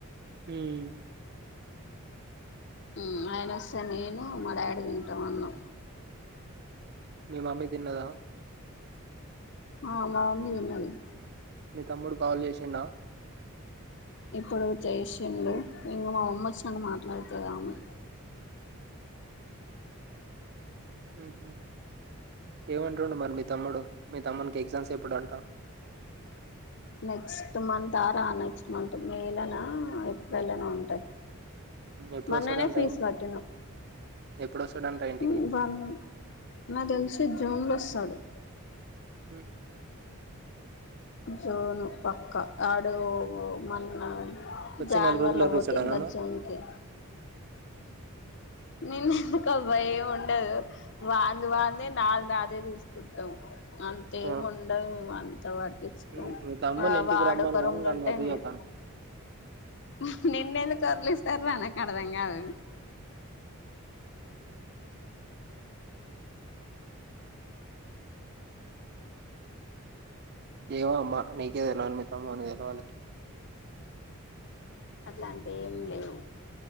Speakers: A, on the right; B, on the left.
A: హ్మ్
B: హ్మ్ ఆయన వస్తే నేను మా డాడీ తింటం అన్నం
A: మీ మమ్మీ తిన్నదా
B: ఆ మామమ్మీ తిన్నది
A: మీతమ్ముడు కాల్ చేసిండ
B: ఇప్పుడు చేశిండు, ఇంగ మా మమ్మీ వచ్చినంక మాట్లాడుతది ఆమే
A: హ్మ్ ఏమంటుండు మరి మీ తమ్ముడు, మీ తమ్మునికి ఎగ్జామ్స్ ఎప్పుడు అంటా
B: next month or next month May లనా ఏప్రిల్లనో ఉంటయి
A: ఎప్పుడు
B: మోన్ననే
A: వస్తాడంట
B: ఫీజు
A: ఇంటి-
B: కట్టిన
A: ఎప్పుడు వస్తాడంట ఇంటికి
B: హ్మ్ వన్ నాక్ తెలిసి జూన్ లో స్టా తడు
A: హు
B: జూను పక్క ఆడు మోన్న
A: వచ్చి
B: జానవరి
A: నెల రోజులు
B: లో
A: వరుస్తాడా
B: పోతే ఇంకా
A: నన్ను
B: జూన్ కి నిన్ను ఎందుకు భయం ఉండదు వాంది వాందే నాది నాదే చూసుకుంటం. అంతేమ్
A: ఆ,
B: ఉండదు అంత పట్టించుకోము,
A: ఉమ్, మీ తమ్ముని ఇంటికి
B: వాడొకరూంలో
A: రమ్మను కానీ నన్ను
B: ఉంటే
A: వరియకను
B: నేను నేను నిన్ను ఎందుకు వొర్లిస్తారు రా నాకు అర్థం కాదు
A: ఏమో అమ్మా నీకే తెలవాలే మీ తమ్ముని కి తెలవాలె
B: అట్లాంటే ఏం లేవు